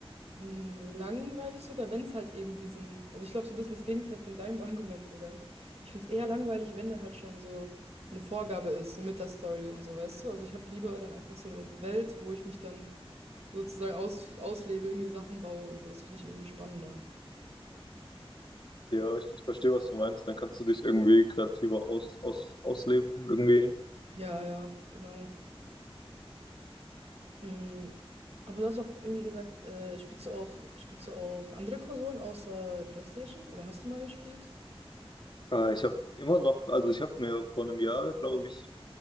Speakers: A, on the right; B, on the left.
A: mm, langweilig sogar, wenn es halt eben diesen, also ich glaube so ein bisschen das Gegenteil von deinem <laughs> Argument sogar. Ich finde es eher langweilig, wenn da halt schon so eine Vorgabe ist, so mit der Story und so, weißt du? Also ich habe lieber dann einfach so eine Welt, wo ich mich dann sozusagen aus, auslebe, irgendwie Sachen baue und so. Das finde ich irgendwie spannender.
B: Ja, ich, ich verstehe, was du meinst. Dann kannst du dich irgendwie kreativer aus, aus, ausleben, irgendwie.
A: Ja, ja, genau. Mm, Aber du hast auch irgendwie gesagt, äh, spielst du auch, spielst du auch andere Konsolen außer PlayStation? Oder hast du mal gespielt?
B: Äh, ich habe immer noch, also ich habe mir vor einem Jahr, glaube ich,